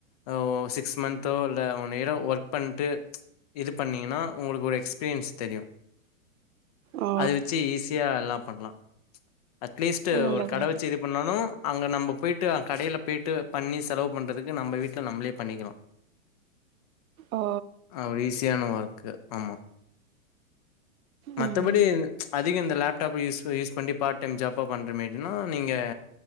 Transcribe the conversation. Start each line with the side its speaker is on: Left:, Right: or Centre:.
Left: ஓ சிக்ஸ் மந்தோ இல்ல ஒன் இயரோ ஒர்க் பண்ட்டு இது பண்ணிங்னா உங்குளுக்கு எக்ஸ்பீரியன்ஸ் தெரியு
Right: ஆ
Left: அது வச்சு ஈஸியா எல்லா பண்லா அட்லீஸ்ட்
Right: நல்லது
Left: ஒரு கட வச்சு இதுப் பண்ணாலு அங்க நம்ம போயிட்டு கடயில போயிட்டு பண்ணி செலவு பண்றதுக்கு நம்ப வீட்ல நம்பளே பண்ணிக்லா
Right: ஓ
Left: அது ஒரு ஈஸியான ஒர்க் ஆமா மத்தபடி
Right: ம்
Left: அதிக இந்த லேப்டாப் யூஸ் யூஸ் பண்ணி பாட் டைம் ஜாப்பா பண்ற மாரினா நீங்க